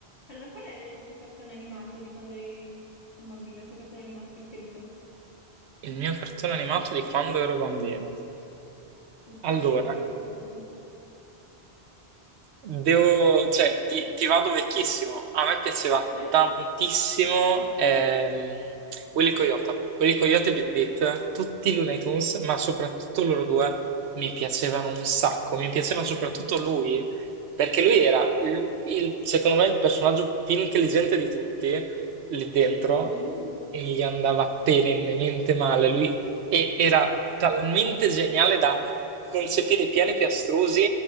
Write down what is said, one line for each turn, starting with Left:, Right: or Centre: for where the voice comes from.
Left: Allora, qual è il tuo cartone animato di quando eri un bambino? Il tuo cartone animato preferito?
Right: Il mio cartone animato di quando ero bambino.
Left: Il
Right: Allora
Left: preferito in assoluto?
Right: Devo, cioè, ti, ti vado vecchissimo. A me piaceva
Left: Sì,
Right: tantissimo ehm, Willy Coyote. Willy Coyote e Bit Bit, tutti i Looney Tunes, ma soprattutto loro due mi piacevano un sacco. Mi piaceva soprattutto lui, perché lui era, il, il- secondo me, il personaggio più intelligente di tutti lì dentro
Left: sì.
Right: e gli andava perennemente male. Lui e- era talmente geniale concepire piani piastrosi